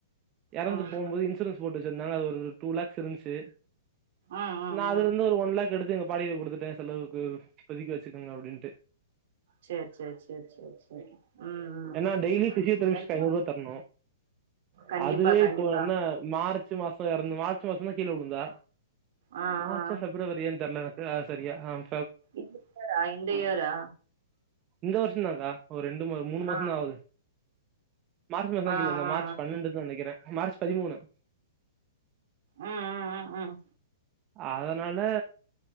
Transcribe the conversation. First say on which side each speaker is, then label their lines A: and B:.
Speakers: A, on the right; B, on the right.
A: இறந்து
B: ம்
A: போம்போது இன்சூரன்ஸ் போட்டு வெச் இருந்தாலும் அது ஒரு டூ லேக்ஸ் இருந்ச்சி
B: ம் ம்
A: நா அதுல
B: ம்
A: இருந்து ஒரு ஒன் லாக் எடுத்து எங்க பாட்டிட்ட கொடுத்துட்ட செலவு கு இப்பதிக்கு வெச்சிக்கங்க அப்படின்ட்டு
B: சேரி சேரி சேரி சேரி சேரி ம் ம்
A: ஏனா டெய்லி பிசியோதெரபிஸ்ட்
B: என்ன
A: ஐநூறு ரூவா தரணு
B: கண்டிப்பா
A: அதுவே
B: கண்டிப்பா
A: இப்போ என்ன மார்ச் மாசோ இறந்து மார்ச் மாசோ தா கீழ வுழுந்தா
B: ஆ
A: மார்சா
B: ஆ
A: பெப்ரவரியான் தெர்ல எனக் ஆ சரியா ஆம்
B: இந்த இயரா இந்த இயரா
A: இந்த வருஷந்தாக்கா ஒரு ரெண்டு மூணு மாசதா
B: ஆ
A: ஆவுது மார்ச் மாச தா
B: ஆ
A: கீழ விழுந்தோ.
B: ஆ
A: மார்ச்
B: ஆ
A: பண்ணண்டு தா நெனைக்கிற மார்ச் பதிமூணு
B: ம் ம் ம் ம்
A: அதனால